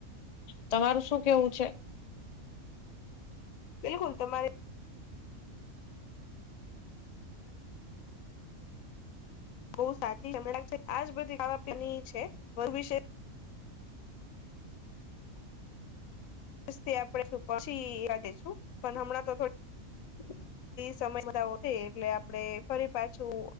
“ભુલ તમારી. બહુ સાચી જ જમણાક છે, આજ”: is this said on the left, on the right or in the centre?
Left